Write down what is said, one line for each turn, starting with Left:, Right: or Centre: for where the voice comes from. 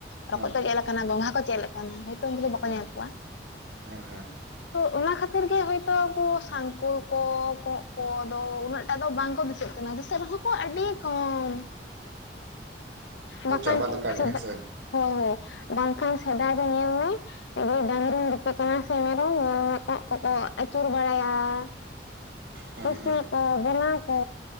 Left: ᱨᱚᱠᱚᱡ
Right: ᱦᱮᱸ
Left: ᱠᱚ ᱪᱮᱫ ᱞᱮᱠᱟᱱᱟ ᱜᱚᱝᱜᱷᱟ ᱠᱚ ᱪᱮᱫ ᱞᱮ ᱠᱟᱱᱟ ᱦᱭᱛᱚ ᱩᱱᱠᱩ ᱫᱚ ᱵᱟᱠᱚ
Right: ᱦᱮᱸ
Left: ᱧᱮᱞ ᱠᱚᱣᱟ
Right: ᱦᱮᱸ ᱦᱮᱸ
Left: ᱛᱚ ᱚᱱᱟ ᱠᱷᱟᱹᱛᱤᱨ ᱜᱮ ᱦᱳᱭᱛᱚ ᱩᱱᱠᱩ ᱥᱟᱝᱠᱳᱞ ᱠᱚ ᱠᱚᱸᱜ ᱠᱚᱫᱚ ᱩᱱᱟᱹᱜ ᱴᱟᱜ ᱫᱚ ᱵᱟᱝ ᱠᱚ ᱫᱤᱥᱟᱹᱜ ᱠᱟᱱᱟ ᱫᱤᱥᱟᱹᱜ ᱨᱮᱦᱚᱸ ᱠᱚ ᱟᱹᱰᱤ ᱠᱚᱢ
Right: ᱛᱚ
Left: ᱵᱟᱠᱷᱟᱱ
Right: ᱪᱟᱵᱟ ᱞᱮᱠᱟ
Left: ᱥᱮᱫᱟ
Right: ᱜᱮ ᱦᱮᱸᱥᱮ
Left: ᱦᱳᱭ ᱦᱳᱭ ᱵᱟᱝᱠᱷᱟᱱ ᱥᱮᱫᱟᱭ ᱫᱚ ᱧᱮᱞ ᱢᱮ <unintelligible> ᱢᱤᱫ ᱵᱟᱹᱲ ᱰᱟᱝᱨᱤᱧ ᱜᱩᱯᱤ ᱠᱟᱱᱟ ᱥᱮ ᱢᱮᱨᱚᱢ ᱧᱮᱞᱢᱮ ᱠᱚᱸᱜ ᱠᱚᱠᱚ ᱟᱹᱪᱩᱨ ᱵᱟᱲᱟᱭᱟ <unintelligible>
Right: ᱦᱮᱸ
Left: ᱯᱟᱹᱥᱤᱭᱟᱠᱚ
Right: ᱦᱮᱸ
Left: ᱵᱮᱱᱟᱣ ᱠᱚ